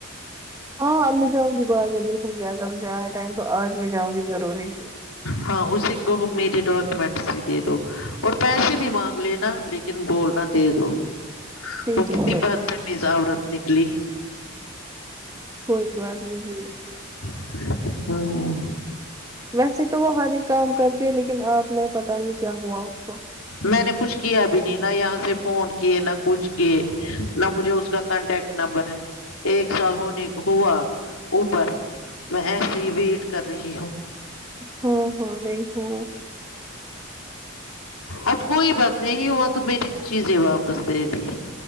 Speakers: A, on the right (about 15°); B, on the left (about 85°).
A: ہاں اب میں جاؤں گی وہ آگے دیکھ گی اگر مجھ آیا ٹائم تو آج میں جاں گی ضروری
B: ہاں اسی کہو میرے ڈاکومینٹ ہی دے دو اور پیسے بھی مانگ لینا لیکن یکن بولنا دے دو
A: ٹھیک
B: وہ
A: ہے
B: کتنی
A: کوئی
B: بدتمیز عورت نکلی
A: کوئی بات نہیں بھول رہ
B: ہوں
A: ویسے تو وہ ہر ایک کام کرتی ہے لیکن آپ نے پتاہ نہیں کیا ہوا اس کو
B: میں نے کچھ کیا بھی نہیں نہ یہاں سے فون کیے نہ کچھ کیے نہ مجھے اس کا کانٹیکٹ نمبر ہے ایک سال ہونے کو ہوا اوپر میں ایسے ہی ویٹ کر رہی ہوں
A: ہاں ہاں نہیں ہو
B: اب کوئی بات نہیں ہوا تو میری چیزیں واپس دے دی